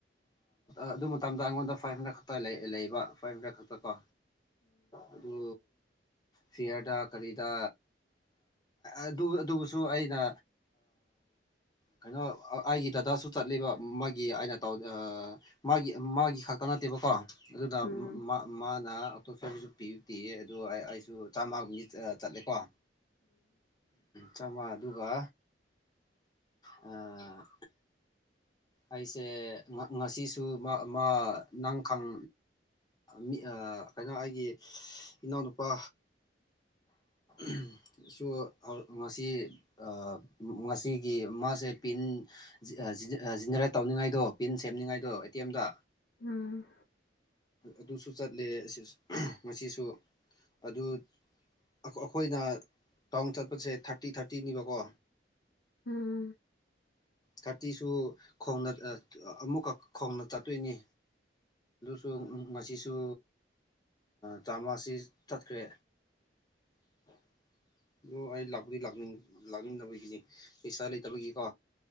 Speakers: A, on the left (about 20°); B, on the left (about 80°).
A: ꯑꯗꯨ ꯃꯇꯝꯗ ꯑꯩꯉꯣꯟꯗ ꯐꯥꯏꯚ ꯍꯟꯗ꯭ꯔꯦꯠ ꯈꯛꯇ ꯂꯩꯕ ꯐꯥꯏꯚ ꯍꯟꯗ꯭ꯔꯦꯠ ꯈꯛꯇ ꯀꯣ ꯑꯗꯨ ꯐꯌꯥꯗꯥ ꯈꯔꯗ ꯑꯗꯨ ꯑꯗꯨꯕꯨꯁꯨ ꯑꯩꯅ ꯀꯩꯅꯣ ꯑꯩꯒꯤ ꯗꯗꯥꯁꯨ ꯆꯠꯂꯤꯕ ꯃꯥꯒꯤ ꯑꯩꯅ ꯇꯧꯗ ꯑ ꯃꯥꯒꯤ ꯃꯥꯒꯤ ꯈꯛꯇ ꯅꯠꯇꯦꯕꯀꯣ ꯑꯗꯨꯅ
B: ꯎꯝ ꯎꯝ
A: ꯃꯥ ꯃꯥꯅ ꯑꯇꯣꯞꯄꯁꯨ ꯄꯤ ꯄꯤꯌꯦ ꯑꯗꯣ ꯑꯩꯁꯨ ꯆꯥꯝꯃꯒꯨꯝꯗꯤ ꯑ ꯆꯠꯂꯦꯀꯣ ꯆꯥꯝꯃꯥ ꯑꯗꯨꯒ ꯑ ꯑꯩꯁꯦ ꯉ ꯉꯁꯤꯁꯨ ꯃꯥ ꯃꯥ ꯅꯪ ꯈꯪ ꯃꯤ ꯑ ꯀꯩꯅꯣ ꯑꯩꯒꯤ ꯏꯅꯥꯎꯅꯨꯄꯥ ꯎꯝ ꯁꯣ ꯑ ꯉꯁꯤ ꯑ ꯉꯁꯤꯒꯤ ꯃꯥꯁꯦ ꯄꯤꯟ ꯖꯤꯑꯖꯥꯑꯖꯤꯅꯔꯦꯠ ꯇꯧꯅꯤꯡꯉꯥꯏꯗꯣ ꯄꯤꯟ ꯁꯦꯝꯅꯤꯡꯉꯥꯏꯗꯣ ꯑꯦ ꯇꯤ ꯑꯦꯝꯗ
B: ꯎꯝ
A: ꯑꯗꯨꯁꯨ ꯆꯠꯂꯦ ꯉꯁꯨ ꯑꯗꯨ ꯑꯩꯈꯣꯏꯅ ꯇꯥꯎꯟ ꯆꯠꯄꯁꯦ ꯊꯥꯔꯇꯤ ꯊꯥꯔꯇꯤꯅꯤꯕꯀꯣ
B: ꯎꯝ
A: ꯈꯥꯇꯤꯁꯨ ꯈꯣꯡꯅ ꯑꯃꯨꯛꯀꯛ ꯈꯣꯡꯅ ꯆꯠꯇꯣꯏꯅꯤ ꯁ ꯉꯁꯤꯁꯨ ꯆꯥꯝꯃꯁꯤ ꯇꯠꯈ꯭ꯔꯦ <unintelligible> ꯑꯣ ꯑꯩ ꯂꯥꯛꯄꯗꯤꯅꯤꯡ ꯂꯥꯛꯅꯤꯡꯗꯕꯒꯤꯅꯤ ꯄꯩꯁꯥ ꯂꯩꯇꯕꯒꯤꯀꯣ